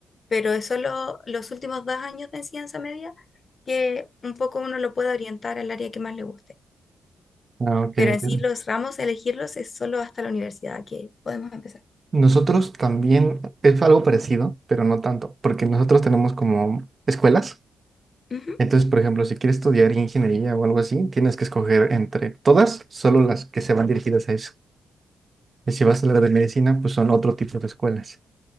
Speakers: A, on the left (about 40°); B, on the right (about 35°).
A: pero es solo los últimos dos años de enseñanza media que un poco uno lo puede orientar al área que más le guste.
B: Ah, ok.
A: Pero
B: entiendo.
A: en sí los ramos, elegirlos es solo hasta la universidad que podemos empezar.
B: Nosotros también es algo parecido, pero no tanto, porque nosotros tenemos como escuelas.
A: Ujú.
B: Entonces, por ejemplo, si quieres estudiar ingeniería o algo así, tienes que escoger entre todas, solo las que se van dirigidas a eso. Y si vas a hablar de medicina, pues son otro tipo de escuelas.